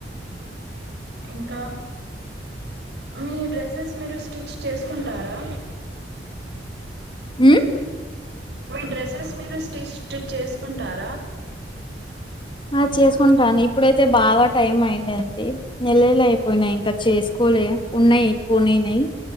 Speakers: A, on the right; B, on the left.
A: ఇంకా మీ డ్రెస్సెస్ మీరు స్టిచ్ చేసుకుంటారా
B: ఉ
A: మీ డ్రెస్సెస్ మీరు సస్టిచ్డ్ చేసుకుంటారా
B: ఆ చేసుకుంటాను ఇప్పుడైతే బాగా టైం అయిందండి నెల్లళ్లు అయిపోయినాయి ఇంకా చేస్కూలే ఉన్నాయి పునీనాయి